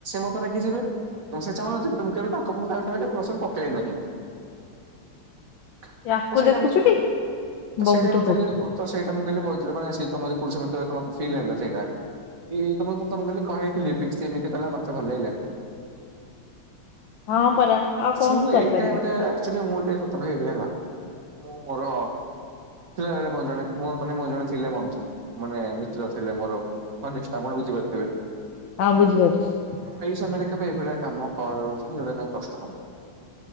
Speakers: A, on the right (about 40°); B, on the left (about 65°).
A: ସହ ରାଗି ଯିବେ ତେଣୁ ସେ ଚାହୁଁ ନଥିଲେ ମୁଁ କେବେ ତାଙ୍କ ମୁଁ ତାଙ୍କ ସାଙ୍ଗରେ କେବେ <unintelligible> ପକେଇ ନାହିଁ। ତ
B: ୟାକୁ
A: ସେଇଟା
B: ଦେଖୁଛୁଟି
A: ମ ତ
B: ବହୁତ
A: ସେଇଟା ମତେ
B: ହଉଛି
A: <unintelligible> ତ ସେଇଟା ମୁଁ କହିଲି <unintelligible> ତମର ପୁରୁଷ ମିତ୍ର ମତେ ଫିଲ୍ ହେଲା ସେଇଟା କି ତମକୁ କହିଇଥିଲିି କି <unintelligible> ମତେ ଭଲ ଲାଗିଲାନି।
B: ହଁ ପରା ଆଉ
A: <unintelligible>
B: କଣ ହିଁ କରିପାରିବି
A: ଏଇ ଟାଇମଟା ଆକ୍ଚୁଲି ମୁ <unintelligible> ହେଲା ମୁଁ ମୋର ଥିଲାବେଳେ ମୋର ଜଣେ ମାନେ ମୋର ଜଣେ ଥିଲେ ବନ୍ଧୁ ମାନେ ମିତ୍ର ଥିଲେ ମୋର ମାନେ ଆପଣ ବୁଝିପାରୁଥିବେ
B: ହଁ ବୁଝିପାରୁଛି
A: ମୁଁ ଏଇ ସମୟରେ ଏଇଭଳିଆ କାମ କରନି ଯୋଉଟା ତାଙ୍କୁ କଷ୍ଟ ହବ